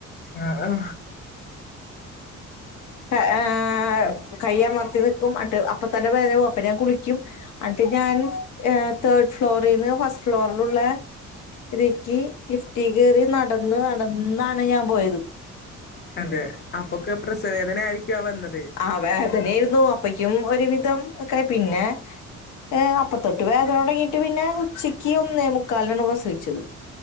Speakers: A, on the left (about 35°); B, on the left (about 80°).
A: ആ ആ
B: <unintelligible> ആ
A: ശരി
B: കയ്യാ മർത്തിത് <unintelligible> അപ്പ തന്നെ വേദന പോം അപ്പൊ ഞാൻ കുളിക്കും ട്ട് ഞാൻ തേർഡ് ഫ്ലോറിൽന്ന് ഫസ്റ്റ് ഫ്ലോറിലുള്ള ഇതേക്ക് ലിഫ്റ്റി കേറി നടന്ന് നടന്നാണ് ഞാൻ പോയത്
A: അതെ അപ്പൊക്കെ പ്രസവേദന ആയിരിക്കും ആ വന്നത്
B: ആ വേദനായിരുന്നു അപ്പക്കും ഒരുവിധം ഒക്കെ പിന്നെ ഏ അപ്പത്തൊട്ട് വേദന തുടങ്ങിട്ട് പിന്നെ ഉച്ചക്ക് ഒന്നേ മുക്കാലിനാണ് പ്രസവിച്ചത്